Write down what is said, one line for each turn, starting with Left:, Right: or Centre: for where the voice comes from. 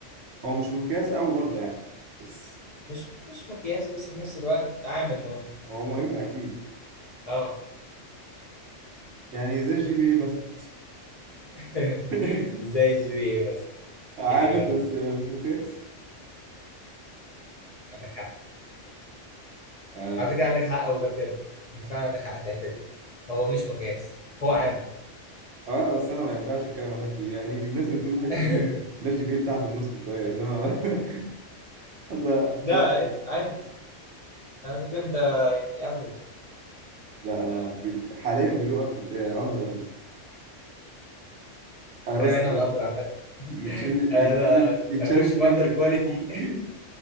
Right: هو مش مقياس قوي برضه يعني بس
Left: مش مش مقياس بس في نفس الوقت عامل مهم
Right: هو مهم اكيد
Left: اه
Right: يعني زي الجي بي اي مثلا
Left: <laughs>
Right: <laughs>
Left: زي الجي بي اي بس
Right: عامل
Left: دي حقيقة
Right: بس
Left: برضه
Right: مش مقياس
Left: عندك حق
Right: اه
Left: على فكرة عندك حق وده بجد انت فعلا عندك حق في الحتة دي هو مش مقياس هو عامل
Right: آه، بس انا ما ينفعش اتكلم عن الحته دي يعني الناس اللي تقول الحته
Left: <laughs>
Right: دي الناس جي بي اي بتاعها في النص شويه انما <laughs> هذا
Left: لا
Right: بط-
Left: إيه، عادي على فكرة انت يعني افريج
Right: لا انا بيلو... حاليا بيلو افريج اندر افريج انا
Left: ربنا
Right: بس
Left: يبعدنا عن الاندر عامة
Right: يتشلل
Left: <laughs> انا
Right: يتشلل يتشلل
Left: اخش في
Right: كام
Left: اندر
Right: افيه
Left: كواليتي
Right: اللي محطوطين